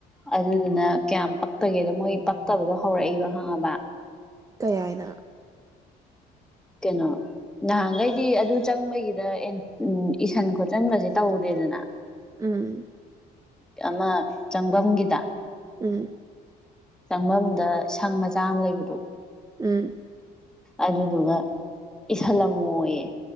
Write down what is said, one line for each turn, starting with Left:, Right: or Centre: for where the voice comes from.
Centre: ꯑꯗꯨꯗꯨꯅ ꯀꯌꯥꯝ ꯄꯛꯇꯒꯦꯗ ꯃꯣꯏ ꯄꯛꯇꯕꯗꯣ ꯍꯧꯔꯛꯏꯕ ꯈꯪꯉꯕ
Right: ꯀꯌꯥꯅ
Centre: ꯀꯩꯅꯣ ꯅꯍꯥꯟꯈꯩꯗꯤ ꯑꯗꯨ ꯆꯪꯕꯒꯤꯗ ꯎ ꯏꯁꯟ ꯈꯣꯠꯆꯟꯕꯁꯦ ꯇꯧꯗꯦꯗꯅ
Right: ꯎꯝ
Centre: ꯑꯃꯥ ꯆꯪꯐꯝꯒꯤꯗ
Right: ꯎꯝ
Centre: ꯆꯪꯐꯝꯗ ꯁꯪ ꯃꯆꯥ ꯑꯃ ꯂꯩꯕꯗꯣ
Right: ꯎꯝ
Centre: ꯑꯗꯨꯗꯨꯒ ꯏꯁꯜ ꯑꯃ ꯑꯣꯏꯌꯦ